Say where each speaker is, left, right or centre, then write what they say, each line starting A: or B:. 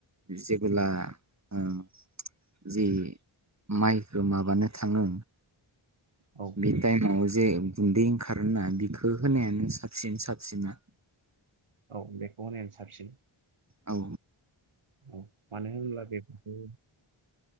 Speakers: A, on the right (about 35°); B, on the right (about 80°).
A: जेबोला उम जि माइखौ माबानो थाङो
B: औ
A: बि टाइमाव जे गुन्दै ओंखारो ना बिखौ होनायानो साबसिन साबसिना
B: औ बेखौ होनायानो साबसिन
A: औ
B: औ मानो होनब्ला बेखौ